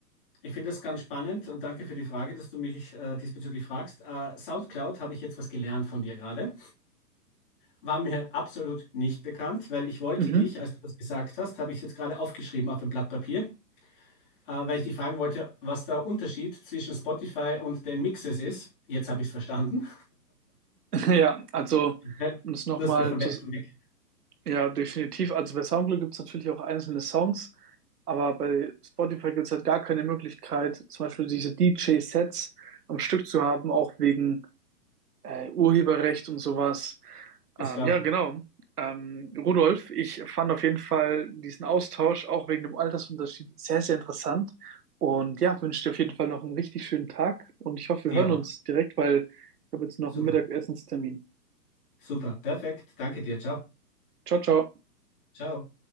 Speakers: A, on the left; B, on the right.
A: Ich finde das ganz spannend und danke für die Frage, dass du mich äh, diesbezüglich fragst. Äh, SoundCloud habe ich jetzt was gelernt von dir gerade. War mir absolut nicht bekannt, weil ich wollte
B: Mhm.
A: dich,
B: <laughs>
A: als du das gesagt hast, habe ich jetzt gerade aufgeschrieben auf ein Blatt Papier, äh, weil ich dich fragen wollte, was der Unterschied zwischen Spotify und den Mixes ist. Jetzt habe ich es verstanden.
B: Ja, also
A: Weil
B: um es nochmal
A: du hast mir von
B: zu,
A: weg, weg.
B: ja, definitiv. Also bei Soundcloud gibt es natürlich auch einzelne Songs, aber bei Spotify gibt es halt gar keine Möglichkeit, zum Beispiel diese DJ-Sets am Stück zu haben, auch wegen äh, Urheberrecht und sowas.
A: Ist
B: Ähm,
A: klar.
B: ja, genau. Ähm, Rudolf, ich fand auf jeden Fall diesen Austausch auch wegen dem Altersunterschied sehr, sehr interessant. Und ja, wünsche dir auf jeden Fall noch einen richtig schönen Tag und ich hoffe, wir
A: Dir
B: hören
A: auch.
B: uns direkt, weil ich habe jetzt noch
A: Super.
B: einen Mittagessenstermin.
A: Super. Perfekt. Danke dir. Ciao.
B: Ciao, ciao.
A: Ciao.